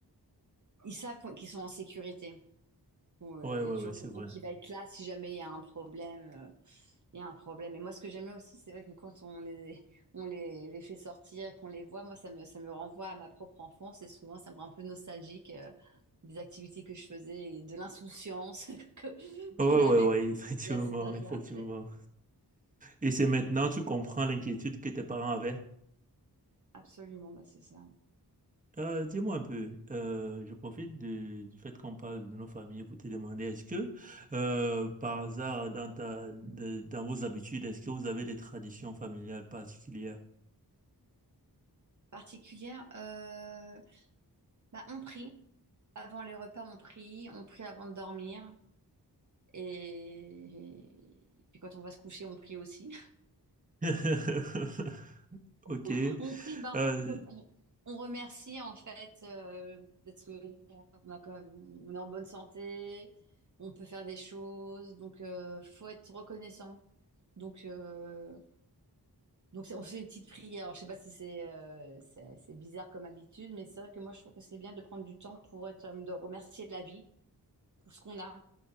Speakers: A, on the right (about 45°); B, on the right (about 20°).
A: ils savent qu'on- qu'ils sont en sécurité. Bon, euh,
B: Ouais,
A: il
B: ouais,
A: y a toujours
B: ouais, c'est
A: quelqu'un
B: vrai.
A: qui va être là si jamais il y a un problème. euh, il y a un problème. Et moi, ce que j'aime bien aussi, c'est vrai que quand on les, on les, les fait sortir et qu'on les voit, moi, ça me, ça me renvoie à ma propre enfance et souvent, ça me rend un peu nostalgique. euh, des activités que je faisais et de l'insouciance <laughs> que-
B: Ouais,
A: qu'on
B: ouais,
A: avait
B: ouais,
A: quand
B: <laughs> effectivement,
A: on était à cet âge-là,
B: effectivement.
A: en fait.
B: Et c'est maintenant que tu comprends l'inquiétude que tes parents avaient.
A: Absolument, bah, c'est ça.
B: Euh, dis-moi un peu, euh, je profite de- du fait qu'on parle de nos familles pour te demander, est-ce que euh, par hasard dans ta, de- dans vos habitudes, est-ce que vous avez des traditions familiales particulières?
A: Particulière, euh, bah, on prie. Avant les repas, on prie. On prie avant de dormir. Et, et puis quand on va se coucher, on prie aussi.
B: <laughs> Ok,
A: <laughs> On prie, ben,
B: euh,
A: on remercie en fait euh, d'être, on a quand même- on est en bonne santé, on peut faire des choses, donc euh, faut être reconnaissant. Donc, euh, Donc c'est- on fait une petite prière. Alors, je sais pas si c'est euh, c'est c'est bizarre comme habitude, mais c'est vrai que moi je trouve que c'est bien de prendre du temps pour être, euh, de remercier la vie pour ce qu'on a